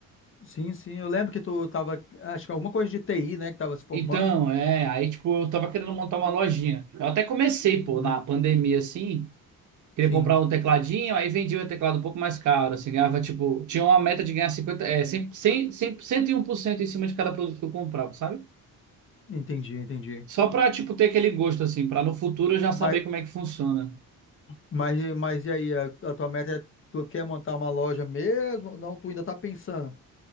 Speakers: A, on the left; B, on the right.
A: sim, sim. Eu lembro que tu tava, acho que alguma coisa de TI, né, que tava se formando.
B: Então, é, aí tipo, eu tava querendo montar uma lojinha. Eu até comecei, pô,
A: Uhum.
B: na pandemia assim, queria
A: Sim,
B: comprar um tecladinho, aí vendia o teclado um pouco mais caro, assim, ganhava, tipo, tinha uma meta de ganhar 50, é, cem, cem, cem, cento e um por cento em cima de cada produto que eu comprava, sabe?
A: entendi, entendi.
B: Só pra, tipo, ter aquele gosto, assim, pra no futuro eu já saber
A: Mas,
B: como é que funciona.
A: mas, mas e aí, a, a tua meta é, tu quer montar uma loja mesmo? ou Não, tu ainda tá pensando.